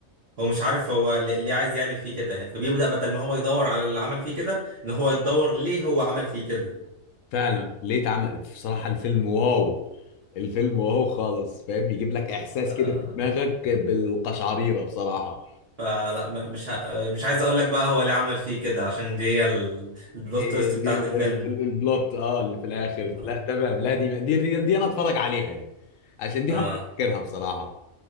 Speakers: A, on the right; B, on the left.
A: هو مش عارف هو ل- ليه عايز يعمل فيه كده يعني فبيبدأ بدل ما هو يدور على اللي عمل فيه كده إن هو يدور ليه هو عمل فيه كده
B: فعلا ليه اتعمل بصراحة الفيلم واو الفيلم واو خالص فاهم يجيب لك احساس
A: آه،
B: كده في دماغك بالقشعريرة بصراحة
A: فلا م- مش ه- مش عايز أقول لك بقى هو ليه عمل فيه كده عشان دي هي ال- البلوت
B: إيه
A: تويست
B: دي
A: بتاعت
B: ال-
A: الفيلم
B: ال- البلوت اه اللي في الاخر
A: اه
B: لا تمام لا دي دي دي, دي انا اتفرج عليها دي عشان دي
A: اه
B: هفكرها بصراحة